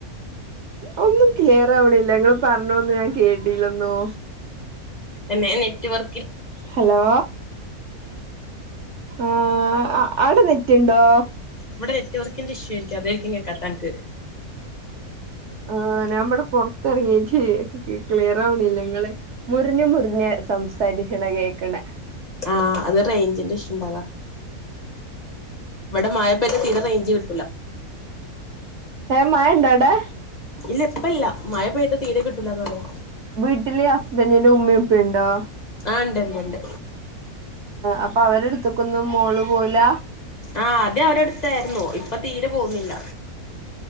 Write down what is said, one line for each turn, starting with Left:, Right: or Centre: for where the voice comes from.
Right: ഒന്നും ക്ലിയർവണില്ല ങ്ങള് പറഞ്ഞൊന്നും ഞാൻ കേട്ടില്ലെന്നു.
Left: പിന്നെ നെറ്റ് വർ
Right: ഹലോ ആഹ് അവിടെനെറ്റ് ണ്ടൊ
Left: ഇവിടെ നെറ്റവർക്കിന്റെ ഇഷുവാ യിരിക്കും അതായിരിക്കും കേക്കാത്തൻക്
Right: ആഹ് ഇവിടെ പൊറത്തിറങ്ങീട്ട് ക്ലിയർ ആവണില്ല നിങ്ങളെ മുറിഞ് മുറിഞ് സംസാരിക്കണ കേക്കണ
Left: ആഹ് അത് റേഞ്ചിന്റെ ഇഷ്യുണ്ട് അതാ ഇവിടെ മയപെയ്ത തീരെ റേഞ്ച് കിട്ടൂല
Right: ഏ മയൊണ്ടോ അടെ
Left: ഇല്ല പ്പല്ല മഴ പെയ്ത തീരെ കിട്ടൂല ന്ന് പറയാ
Right: വീട്ടില് ഹസ്ബന്റിന്റെ ഉമ്മീം ഉപ്പി ണ്ടോ?
Left: ആ ണ്ട്ണ്ട് ണ്ട്
Right: അപ്പൊ അവരെടുത്തക്കൊന്നും മോള് പോവൂല
Left: ആഹ് ആദ്യം അവരെ അടുത്തായിരുന്നു ഇപ്പൊ തീരെ പോവുന്നില്ല